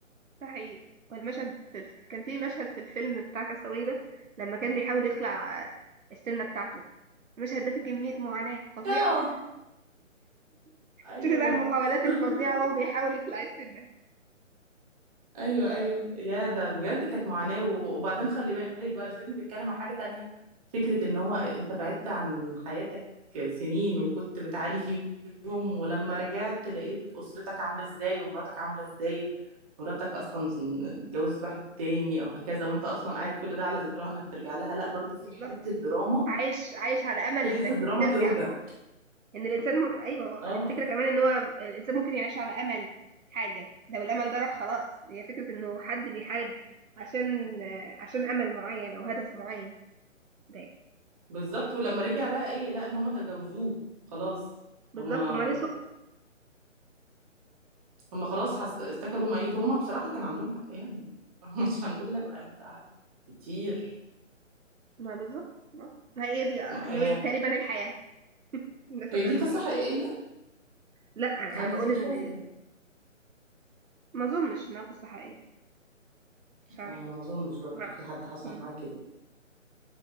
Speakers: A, on the right; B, on the right.
A: ده حقيقي والمشهد في الف... كان في مشهد في الفيلم بتاع كاستاوي ده لما كان بيحاول يخلع آه، السنة بتاعته المشهد ده فيه كمية معاناة فظيعة
B: اه
A: <laughs>
B: ايوه
A: شوفي بقى المحاولات
B: <laughs>
A: الفظيعة وهو بيحاول يخلع السنة
B: ايوه ايوه يا ده بجد كانت معاناه وبعدين خلي بالك بقى الفيلم بيتكلم عن حاجه تانية فكره ان هو انت بعدت عن حياتك سنين
A: مم.
B: وكنت بتعاني فيهم ولما رجعت لقيت اسرتك عامله ازاي ومراتك عامله ازاي مراتك اصلا اتجوزت واحد تاني او هكذا وانت اصلا قاعد كل ده على ذكرها انك ترجع لها لا برضو في
A: بالظبط
B: حته دراما
A: عايش عايش على أمل
B: في
A: إنك
B: حته دراما
A: ترجع
B: توجع
A: ان الانسان م... ايوه هو
B: اه
A: الفكره كمان ان هو الانسان ممكن يعيش على امل حاجه لو الامل ده راح خلاص هي فكره انه حد بيحارب عشان آه، عشان امل معين او هدف معين ده
B: بالظبط ولما رجع لقى ايه لقى ان هما تجاوزوه خلاص
A: بالظبط
B: هما
A: وما نسوا
B: هم خلاص حس... افتكروا ميت هم بصراحة كان عندهم حق يعني <laughs> مش هنقول لأ
A: ما
B: يعني ده قعد كتير
A: ما بالظبط ما ما هي دي هي
B: يعني
A: تقريبا الحياه <laughs> الناس
B: هي
A: هتعمل
B: دي قصة
A: ايه
B: حقيقية
A: لا
B: عندك
A: انا بقول
B: فكرة
A: ان
B: ولا لأ؟
A: ما اظنش انها قصه حقيقيه مش عارفه
B: آه، أنا ما أظنش برضه
A: ما-
B: في حد حصل
A: مم.
B: معاه كده